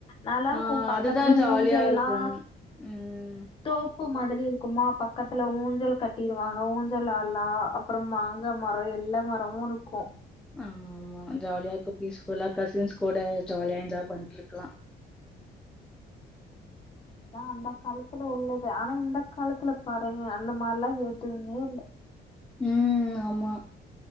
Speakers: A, on the left; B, in the centre.
A: நல்லாருக்கு
B: ஆ
A: பக்கத்துலே
B: அதுதான் ஜாலியா
A: ஊஞ்சல்லா
B: இருக்கும். ம்.
A: தோப்பு மாதிரி இருக்குமா பக்கத்துல ஊஞ்சல் கட்டிருவாங்க ஊஞ்சல்ல ஆட்லா அப்றம் மாங்கா மரொ எல்லா மரமு இருக்கு
B: ஆமா ஜாலியா இருக்கு பீஸ்ஃபுல்லா கசின்ஸ் கூட ஜாலியா என்ஜாய் பண்ட்டு இருக்கலா
A: அதா அந்த காலத்துல உள்ளது ஆனா இந்த காலத்துல பாருங்க அந்த மாரிலா எதுவுமே இல்ல
B: ம் ஆமா